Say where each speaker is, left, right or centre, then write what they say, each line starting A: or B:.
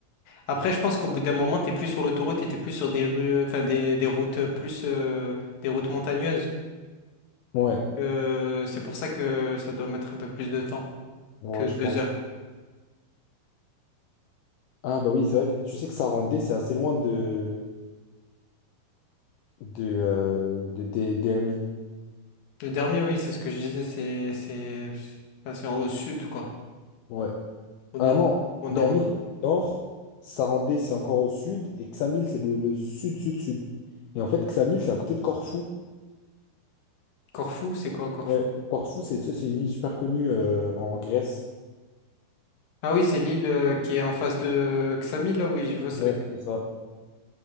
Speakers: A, on the left; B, on the left.
A: Après, je pense qu'au bout d'un moment, t'es plus sur l'autoroute et t'es plus sur des rues, enfin des, des routes euh, plus, euh, des routes montagneuses.
B: Ouais,
A: Euh, c'est pour ça que ça doit mettre un peu plus de temps
B: ouais,
A: que
B: je pense.
A: deux heures.
B: Ah, bah oui, c'est vrai que tu sais que ça rendait, c'est assez loin de, de, euh, de, de- d'Hermie.
A: Le dernier, oui, c'est ce que je disais, c'est c'est enfin, c'est en- au sud, quoi.
B: Ouais.
A: Au nord,
B: Ah non,
A: au nord,
B: Dermy,
A: au nord.
B: c'est le nord, Sarandé, c'est encore au sud, et Ksamil, c'est le, le sud, sud, sud. Et en fait, Ksamil, c'est à côté de Corfou.
A: Corfou, c'est quoi Corfou?
B: Ouais. Corfou, c'est tu sais, c'est une île super connue euh, en Grèce.
A: Ah oui, c'est l'île euh, qui est en face de Xamil, là, oui, je vois, c'est
B: Ouais,
A: laquelle.
B: c'est ça.